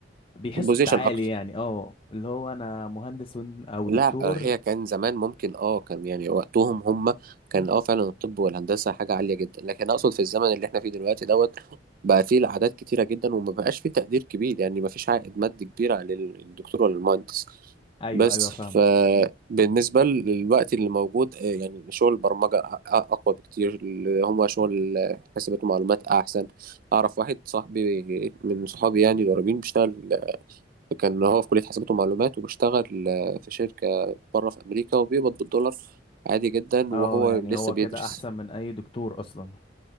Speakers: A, on the left; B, on the right.
A: بيحسوا
B: بوزيشن
A: التعالي
B: أكتر
A: يعني اه اللي هو انا مهندس ون- او دكتور
B: لا آه، هي كان زمان ممكن اه كان يعني وقتهم هم كان اه فعلا الطب والهندسه حاجه عاليه جدا لكن اقصد في الزمن اللي احنا فيه دلوقتي دوت بقى فيه العادات كتيره جدا وما بقاش فيه تقدير كبير يعني ما فيش عائد مادي كبير على الدكتور ولا المهندس
A: ايوه
B: بس
A: ايوه
B: فبالنسبه
A: فاهمك
B: للوقت اللي موجود آه، يعني شغل البرمجه أ- أ- اقوى بكتير اللي هم شغل حاسبات ومعلومات احسن اعرف واحد صاحبي من صحابي يعني القريبين بيشتغل كان هو في كلية حسابات ومعلومات وبيشتغل آه، في شركة بره في أمريكا وبيقبض بالدولار عادي جدا
A: اه
B: وهو
A: يعني
B: لسه
A: هو
B: بيدرس
A: كده احسن من اي دكتور اصلا